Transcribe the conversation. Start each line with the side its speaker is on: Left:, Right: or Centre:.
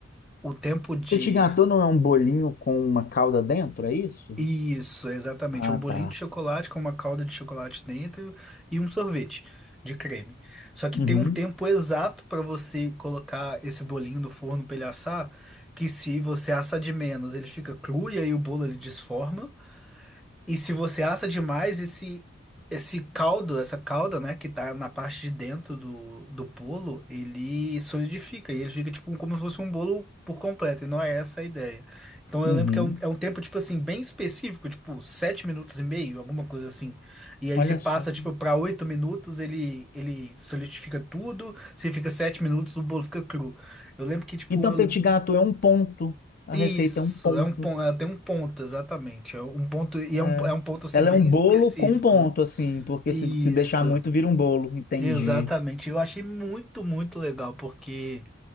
Centre: o tempo de
Left: Petit gâteau não é um bolinho com uma calda dentro, é isso?
Centre: Isso, exatamente.
Left: Ah,
Centre: É um bolinho
Left: tá.
Centre: de chocolate com uma calda de chocolate dentro e um sorvete de creme. Só que
Left: Uhum,
Centre: tem um tempo exato para você colocar esse bolinho no forno para ele assar, que se você assa de menos, ele fica cru e aí o bolo ele desforma. E se você assa demais, esse, esse caldo, essa calda, né, que tá na parte de dentro do, do bolo, ele solidifica e ele fica tipo como se fosse um bolo por completo, e não é essa a ideia. Então
Left: uhum.
Centre: eu lembro que é um, é um tempo, tipo assim, bem específico, tipo sete minutos e meio, alguma coisa assim. E aí
Left: Olha
Centre: você passa,
Left: só.
Centre: tipo, pra oito minutos, ele, ele solidifica tudo, se fica sete minutos, o bolo fica cru. Eu lembro que, tipo,
Left: Então,
Centre: eu
Left: petit gâteau é um ponto. A
Centre: isso,
Left: receita é um ponto.
Centre: é um ponto, tem um ponto, exatamente. É um ponto, e
Left: É.
Centre: é um, é um ponto assim
Left: Ela
Centre: bem
Left: é um bolo
Centre: específico.
Left: com um ponto, assim, porque
Centre: Isso,
Left: se, se deixar muito, vira um bolo. Entendi.
Centre: exatamente. Eu achei muito, muito legal, porque